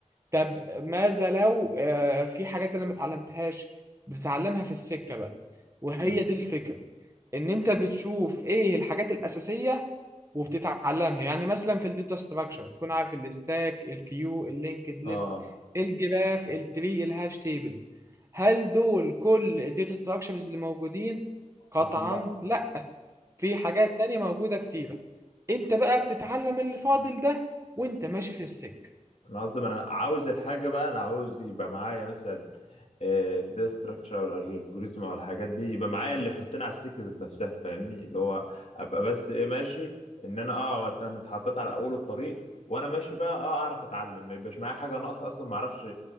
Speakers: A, on the right; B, on the left.
A: طب ماذا لو آه في حاجات انا ما اتعلمتهاش بتتعلمها في السكه بقى وهي
B: مم.
A: دي الفكره ان انت بتشوف ايه الحاجات الاساسيه وبتتعلمها يعني مثلا في الداتا ستراكشر بتكون عارف الستاك الكيو اللينكد ليست
B: اه
A: الجراف التري الهاش تيبل هل دول كل الداتا ستراكشرز اللي موجودين قطعا
B: لكن لا
A: لا في حاجات تانية موجوده كتيره انت بقى بتتعلم اللي فاضل ده وانت ماشي في السك
B: انا قصدي ما انا عاوز الحاجه بقى انا عاوز يبقى معايا مثلا آه، في داتا ستراكشر او الالجوريزم او الحاجات دي يبقى معايا اللي يحطني على السكه ذات نفسها فاهمني اللي هو ابقى بس ايه ماشي ان انا اه أت- انا اتحطيت على اول الطريق وانا ماشي بقى اه اعرف اتعلم ما يبقاش معايا حاجه ناقصه اصلا ما اعرفش